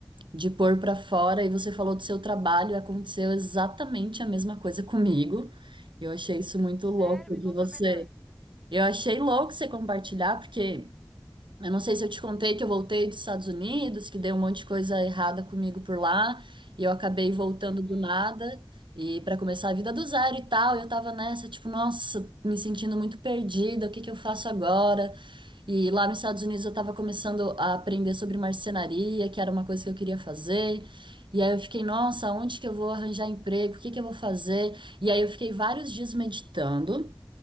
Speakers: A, on the right; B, in the centre.
A: de pôr pra fora. E você falou do seu trabalho, aconteceu exatamente a mesma coisa comigo. Eu achei isso muito
B: Sério?
A: louco
B: Me
A: de
B: conta
A: você.
B: melhor.
A: Eu achei louco você compartilhar, porque. Eu não sei se eu te contei que eu voltei dos Estados Unidos, que deu um monte de coisa errada comigo por lá, e eu acabei voltando
B: Uhum.
A: do nada, e para começar a vida do zero e tal, eu tava nessa, tipo, nossa, me sentindo muito perdida, o que que eu faço agora? E lá nos Estados Unidos eu tava começando a aprender sobre marcenaria, que era uma coisa que eu queria fazer. E aí eu fiquei, nossa, onde que eu vou arranjar emprego? O que que eu vou fazer? E aí eu fiquei vários dias meditando.